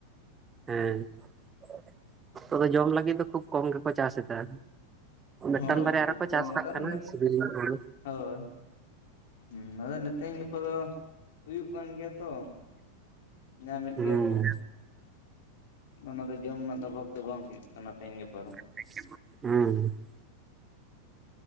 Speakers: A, on the right; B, on the left.
A: ᱦᱮᱸ ᱱᱤᱛᱚᱜ ᱫᱚ ᱡᱚᱢ ᱞᱟᱹᱜᱤᱫ ᱫᱚ ᱠᱷᱩᱵ ᱠᱚᱢ ᱜᱮᱠᱚ ᱪᱟᱥ ᱮᱫᱟ᱾ ᱢᱤᱫᱴᱟᱝ
B: ᱦᱳᱭ
A: ᱵᱟᱨᱭᱟ
B: ᱠᱷᱩᱵ
A: ᱨᱮ ᱠᱚ
B: ᱠᱚᱢ
A: ᱪᱟᱥ ᱠᱟᱜ
B: ᱠᱟᱨᱚᱱ
A: ᱠᱟᱱᱟ ᱥᱤᱵᱤᱞ ᱧᱚᱜ ᱦᱩᱲᱩ᱾
B: ᱦᱳᱭ ᱦᱩᱸ ᱟᱫᱚ ᱱᱤᱛᱮᱧ ᱜᱟᱯᱟ ᱫᱚ ᱦᱩᱭᱩᱜ ᱠᱟᱱ ᱜᱮᱭᱟ ᱛᱚ᱾ ᱧᱟᱢ ᱮᱫ
A: ᱦᱩᱸ
B: ᱜᱮᱭᱟ ᱠᱚ᱾ ᱚᱱᱟ ᱫᱚ ᱡᱚᱢ ᱨᱮᱱᱟᱜ ᱫᱚ ᱚᱵᱷᱟᱵᱽ ᱫᱚ ᱵᱟᱝ ᱦᱩᱭᱩᱜ ᱠᱟᱱᱟ ᱛᱮᱦᱮᱧ ᱜᱟᱯᱟ ᱫᱚ ᱾
A: ᱦᱮᱸ ᱾